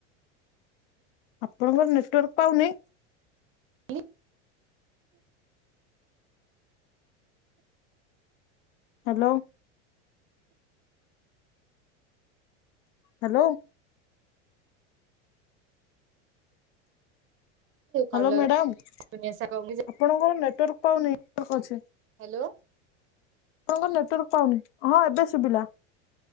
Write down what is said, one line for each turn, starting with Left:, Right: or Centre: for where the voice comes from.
Left: ଆପଣଙ୍କର ନେଟୱାର୍କ ପାଉନି
Right: ଆଣି
Left: ହ୍ୟାଲୋ ହ୍ୟାଲୋ ହ୍ୟାଲୋ
Right: କଲରା
Left: ମ୍ୟାଡ଼ାମ୍ ଆପଣଙ୍କର
Right: ଦୁନିଆ ଶାଗ ହ୍ୟାଲୋ
Left: ନେଟୱାର୍କ ପାଉନି ଅଛି
Right: ହ୍ୟାଲୋ
Left: ଆପଣଙ୍କ ନେଟୱାର୍କ ପାଉନି ହଁ ଏବେ ଶୁଭିଲା